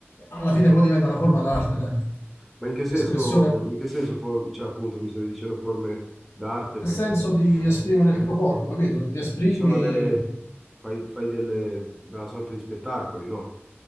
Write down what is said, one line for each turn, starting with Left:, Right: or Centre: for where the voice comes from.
Left: alla fine poi diventa una forma d'arte, dai,
Centre: Ma in che
Left: di
Centre: senso,
Left: espressione,
Centre: in che senso for- cioè appunto mi stavi dicendo forme d'arte
Left: nel
Centre: perché...
Left: senso di esprimere il tuo corpo, capito? Ti esprimi
Centre: Ci sono delle... Fai, fai delle... una sorta di spettacoli, no?